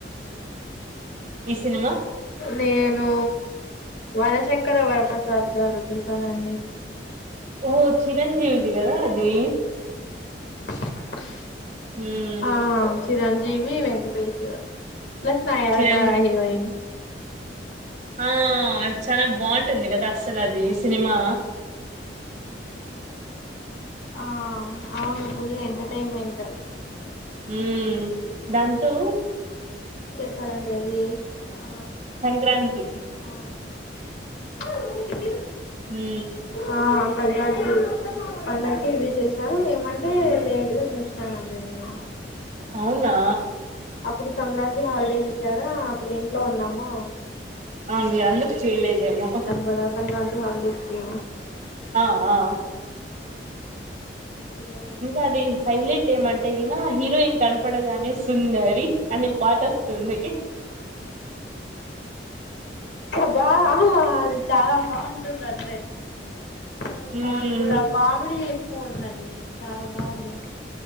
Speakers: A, on the right; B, on the left.
A: ఈ సినిమా
B: నేను వరశంకర వరప్రసాద్ గారు చూసానండి
A: ఓ చిరంజీవిది కదా అది
B: <unintelligible>
A: మ్మ్
B: ఆ చిరాంజ్ జివి వెంకటేష్ ప్లస్ నా యార
A: చిరంజీ
B: తారా హీరోయిన్
A: ఆ చాలా బాగుంటుంది కదా అస్సలు అది సినిమా
B: ఆ అవును ఫుల్ ఎంటర్టైన్మెంట్ ఆ
A: ఉ దాంతో
B: సరండి అది ఆ
A: సంక్రాంతి
B: ఆ <unintelligible>
A: హు
B: ఆ సంక్రాంతి పండకి రిలీజ్ చేసినారు ఏమంటే లేట్ గా చూసానమండి మేము
A: అవునా
B: అప్పుడు సంక్రాంతి హల్ ఏంది సారా <inaudible> అప్పుడు ఇంట్లో ఉన్నాం మా
A: అవున్ మీరు అందుకు చూడలేదేమో
B: కదా సంక్రాంతి హల్ డెస్ కి
A: ఆ ఆ
B: చూడలేదండి
A: ఇంకా అది హైలీట్ ఏమంటే ఈనా హీరోయిన్ కనపడదు అనేస్ సుందరి అనే పాట వస్తుంది
B: కదా ఆ అది చాలా బాగుంటుంది అట్లే ఆ
A: మ్మ్
B: దానికి కూడా కామెడీ ఎక్కువ ఉందండి అండి చాలా బాగుంది